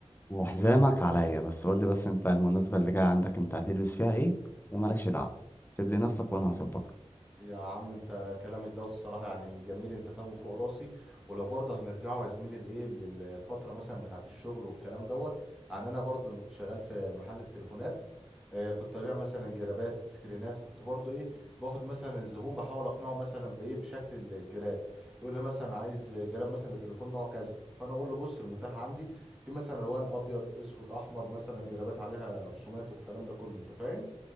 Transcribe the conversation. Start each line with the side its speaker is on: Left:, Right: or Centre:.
Left: وحزامك عليا بس قولي بس انت المناسبة اللي جاية عندك انت هتلبس فيها ايه ومالكش دعوة سيب لي نفسك وانا هظبطك
Centre: يا عم انت كلامك دوت الصراحة يعني جميل انت فاهمه فوق راسي ولو برضه هنرجعه يا زميلي لايه للفترة مثلا بتاعة الشغل والكلام دوت يعني انا برضه لما كنت شغال في محل التليفونات اه كنت ببيع مثلا جرابات سكرينات كنت برضه ايه باخد مثلا الزبون بحاول اقنعه مثلا بايه بشكل الجراب يقول لي مثلا عايز جراب مثلا للتليفون نوع كذا فانا اقول له بص المتاح عندي في مثلا الوان ابيض اسود احمر مثلا جرابات عليها رسومات والكلام ده كله انت فاهم